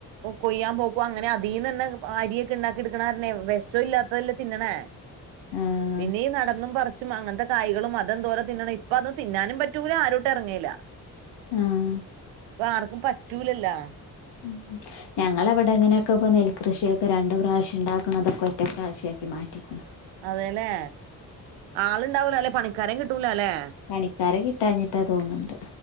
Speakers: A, on the right (about 80°); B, on the left (about 65°).
A: കൊയ്യാൻ പോക്കും അങ്ങനെ അതിന്ന് തന്നെ അരിയൊക്കെ ഉണ്ടാക്കി എടുക്കണാരനേ വെശം ഇല്ലാത്തതല്ലേ തിന്നണേ
B: ആഹ്
A: പിന്നെയീ നടന്നും പറച്ചും അങ്ങനത്തെ കായ്കളും മതംന്തോര തിന്നണം അപ്പൊ അന്ന് തിന്നാനും പറ്റൂല ആരട്ടും എറങ്ങേയില്ല
B: ആഹ്
A: ഇപ്പൊ ആർക്കും പറ്റൂലല്ലോ
B: ഉം ഞങ്ങള അവിടെ എങ്ങനെയൊക്കെ ഇ നെൽകൃഷിയൊക്കെ രണ്ട് പ്രാവശ്യ ഉണ്ടാക്കുന്നതൊക്കെ ഒറ്റ പ്രാവശ്യ ആക്കി മാറ്റി മാറ്റിയേക്ക്ണ്
A: അതെല്ലെ ആളുണ്ടാവൂല അല്ലെ പണിക്കാരം കിട്ടൂല അല്ലെ
B: പണിക്കാരെ കിട്ടാഞ്ഞിട്ടാ തോന്നുന്നുണ്ട്